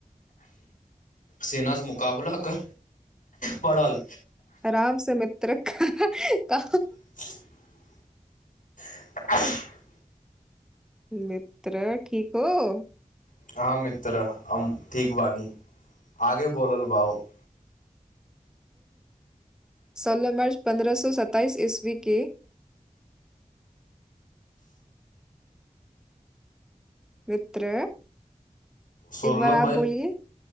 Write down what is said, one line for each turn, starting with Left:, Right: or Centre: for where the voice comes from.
Left: सेना सँ मुकाबला कर पड़ल
Centre: आ राम से मित्र कह
Left: <inaudible> <inaudible>
Centre: <unintelligible>
Left: <unintelligible>
Centre: सोलह मार्च पन्द्रह सौ सताइस ईस्वी के मित्र
Left: सोलह
Centre: एक बार आप
Left: मइ
Centre: बोलिए